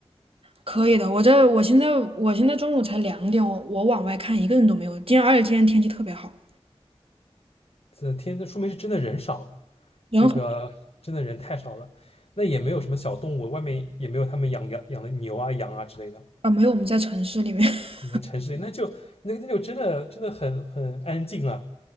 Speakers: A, on the right; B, on the left.
A: 可以的。我这我现在我现在中午才两点，我我往外看一个人都没有。今天而且今天天气特别好，
B: 这天，这说明是真的人少，
A: 人很
B: 这个真的人太少了。那也没有什么小动物，外面也没有他们养养养的牛啊、羊啊之类的。
A: 啊没有我们在城市里面，<laughs>
B: 那城市里那就那那就真的真的很很安静了、